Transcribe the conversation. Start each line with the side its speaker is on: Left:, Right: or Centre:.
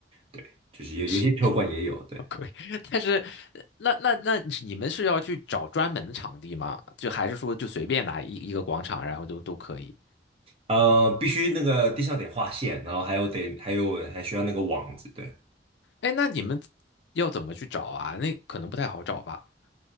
Right: 对，就是有有些球馆也有，
Left: 是，
Right: 对，
Left: <laughs> 可以。但是呃那那那你们是要去找专门的场地吗？就还是说就随便拿一一个广场，然后都都可以？
Right: 呃，必须那个地上得画线，然后还有得还有还需要那个网子，对。
Left: 哎，那你们要怎么去找啊？那可能不太好找吧。